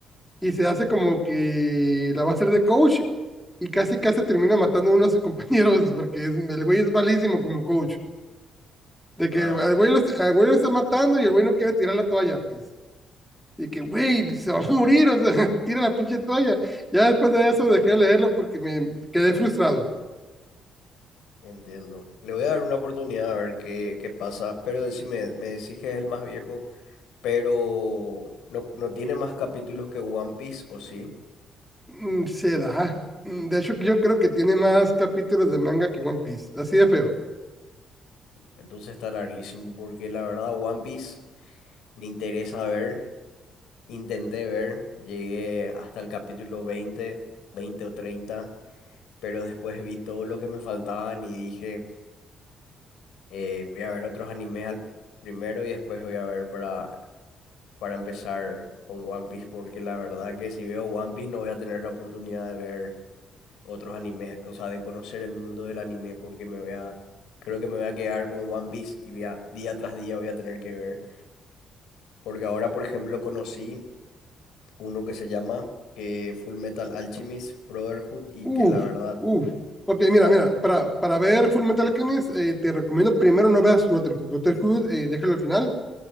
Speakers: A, in the centre; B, on the left.
A: Y se hace como que la va a hacer de coach. Y casi casi termina matando a uno de sus <laughs> compañeros. Porque es- el güey es malísimo como coach. De
B: Ah,
A: que al güey, lo, al güey lo está matando y el güey no quiere tirar la toalla. Pues. Y que, güey, se va a morir. O sea, <laughs> tira la pinche toalla. Ya después de eso dejé de leerlo porque me quedé frustrado.
B: Entiendo. Le voy a dar una oportunidad a ver qué, qué pasa, pero decime, me decís que es el más viejo, pero no, no tiene más capítulos que One Piece, ¿o sí?
A: Mm, Se da. Mm, De hecho, yo creo que tiene más capítulos de manga que One Piece. Así de feo.
B: Entonces está larguísimo, porque la verdad One Piece me interesa ver, intenté ver, llegué hasta el capítulo 20 20 o treinta pero después vi todo lo que me faltaban y dije, eh, voy a ver otros animes al primero y después voy a ver para para empezar con One Piece, porque la verdad que si veo One Piece no voy a tener la oportunidad de ver otros animes, o sea, de conocer el mundo del anime, porque me voy a, creo que me voy a quedar con One Piece y voy a- día tras día voy a tener que ver. Porque ahora, por ejemplo, conocí uno que se llama que Full Metal Alchemist Brotherhood y
A: Uf,
B: que la verdad
A: uf. Porque
B: está...
A: mira, mira, para, para ver Full Metal Alchemist, eh, te recomiendo primero no veas Brotherhood. Brotherhood, eh, déjalo al final.